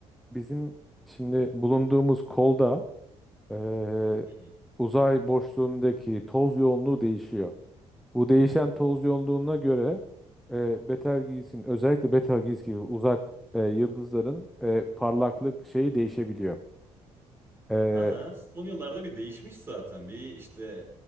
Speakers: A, in the centre; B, on the right.
A: bizim şimdi bulunduğumuz kolda e,
B: Hı. hı.
A: uzay boşluğundaki toz yoğunluğu değişiyor. Bu değişen toz yoğunluğuna göre e, Betelgeuse'in özellikle Betelgeuse gibi uzak e, yıldızların e, parlaklık şeyi değişebiliyor. E,
B: Ha ha. Son yıllarda bir değişmiş zaten. Bir işte